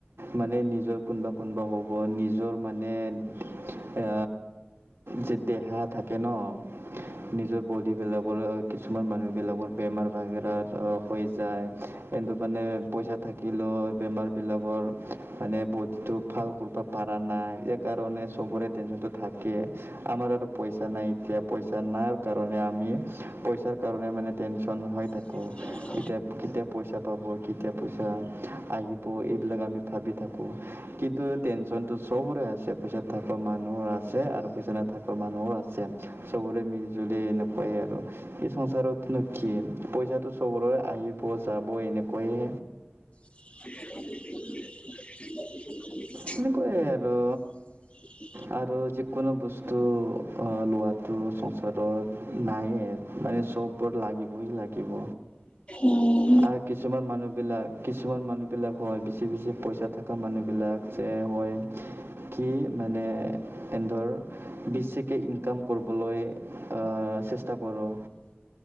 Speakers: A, on the right; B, on the left.
A: মানে নিজৰ কোনোবা-কোনোবা হ'ব নি নিজৰ মানে আ, যে দেহা থাকে ন। নিজৰ বডিবিলাকৰ কিছুমান মানুহবিলাকৰ বেমাৰ বাগেৰাত অ, হৈ যায় কিন্তু মানে পইচা থাকিলেও বেমাৰবিলাকৰ মানে বহুত, সেইটো ভাল কৰিব পৰা নাই এই কাৰণে চবৰে টেনচনটো থাকে আমাৰ আৰু পইচা নাই এতিয়া পইচা নাই কাৰণে আমি, পইচাৰ কাৰণে মানে টেনচন হৈ থাকে।
B: <inaudible>
A: কেতিয়া-কেতিয়া পইচা পাব কেতিয়া পইচা আহিব এইবিলাক আমি ভাবি থাকো কিন্তু টেনচনটো চবৰে আছে। পইচা থকা মানুহৰ আছে আৰু পইচা নথকা মানুহৰো আছে চবৰে মিলি জুলি এনেকুৱাই আৰু। এই সংসাৰত নো কি পইচাটো চবৰে আহিব যাব এনেকুৱায়ে।
B: <inaudible>
A: সেনেকুৱাই আৰু।
B: <inaudible>
A: আৰু যিকোনো বস্তু লোৱাটো সংসাৰত নাইয়ে। মানে চব বোৰ লাগিবই লাগিব।
B: উম,
A: আৰু কিছুমান মানুহ বিলাক কিছুমান মানুহ বিলাক কয় বেছি-বেছি পইচা থকা মানুহ বিলাক যে হয় কি মানে। সিহঁতৰ বেছিকে ইনকাম কৰিবলৈ আ চেষ্টা কৰো।